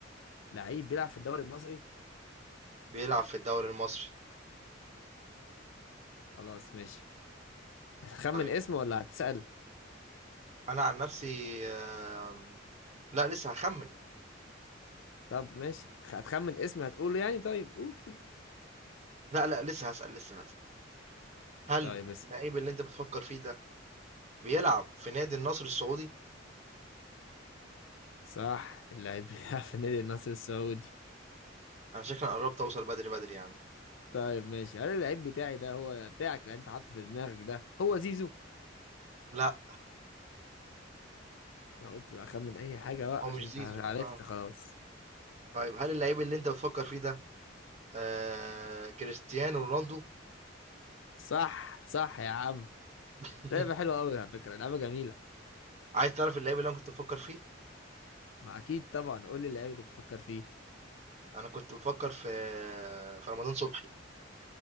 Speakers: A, on the left; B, on the right.
A: لعيب بيلعب في الدوري المصري؟
B: بيلعب في الدوري المصري،
A: خلاص ماشي هتخمن
B: طيب
A: اسمه ولا هتسأل؟
B: أنا عن نفسي آمم، لأ لسه هاخمّن،
A: طب ماشي هتخمن اسمه هتقوله يعني طيب قول كده
B: لأ، لأ لسه هاسأل، لسه هاسأل، هل
A: طيب اسم
B: اللعيب اللي أنت بتفكّر فيه ده بيلعب في نادي النصر السعودي؟
A: صح اللاعب <laughs> بيلعب في نادي النصر السعودي
B: أنا شكلي قرّبت أوصل بدري، بدري يعني،
A: طيب ماشي هل اللعيب بتاعي ده هو بتاعك اللي أنت حاطه في دماغك ده هو زيزو؟
B: لأ
A: أنا قلت بقى أخمن أي حاجة بقى
B: هو
A: عشان
B: مش
A: أنت
B: زيزو
A: عرفت
B: آه،
A: خلاص
B: طيب هل اللعيب اللي أنت بتفكّر فيه ده آآ، كريستيانو رونالدو؟
A: صح صح يا عم
B: <laughs>
A: لعبة حلوة أوي على فكرة لعبة جميلة
B: عايز تعرف اللعيب اللي أنا كنت بافكّر فيه؟
A: ما أكيد طبعا قول لي اللعيبة اللي بتفكر فيه
B: انا كنت بفكر في في رمضان صبحي